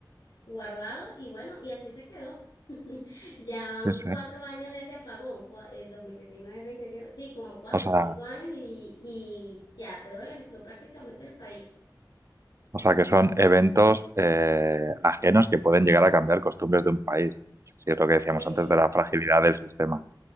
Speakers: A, on the left; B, on the right.
A: guardado y bueno, y así se quedó. <laughs> Ya van
B: Sí,
A: cuatro
B: sí.
A: años de ese apagón, cua- eh, 2019, 2021, sí, como cuatro
B: O sea,
A: o cinco años y, y ya se dolarizó prácticamente el país.
B: o sea que son eventos eh, ajenos que pueden llegar a cambiar costumbres de un país. Sí, sí, es lo que decíamos
A: Sí,
B: antes de la fragilidad del sistema.